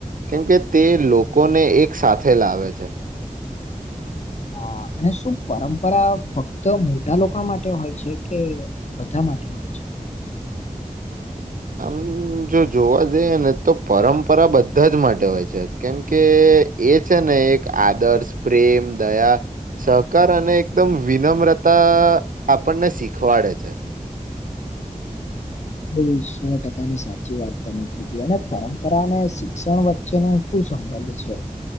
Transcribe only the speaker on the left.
હા. અને શું પરંપરા ફક્ત મોટા લોકો માટે હોય છે કે બધા માટે હોય છે? <inaudible>
<inaudible> ઉમ સો ટકા ની સાચી વાત તમે કીધી અને પરંપરાને શિક્ષણ વચ્ચેનું શું સંબંધ છે?